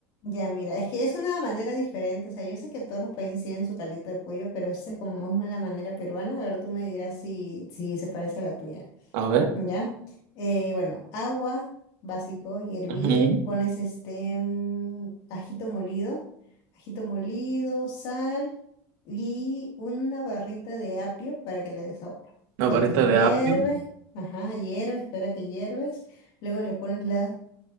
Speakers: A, on the left; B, on the right.
A: Ya, mira, es que es una manera diferente. O sea, yo sé que todos los países tienen su caldito de pollo, pero este como es más la manera peruana, a ver, tú me dirás si, si se parece a la tuya.
B: a ver.
A: ¿ya? Eh, bueno, agua básico y hervir.
B: ujú,
A: Pones este mm, ajito molido, ajito molido, sal y una barrita de apio para que le dé sabor.
B: Una
A: Ya,
B: barrita
A: entonces hierve,
B: de apio.
A: ajá, hierve, espera que hierves. Luego le pones la,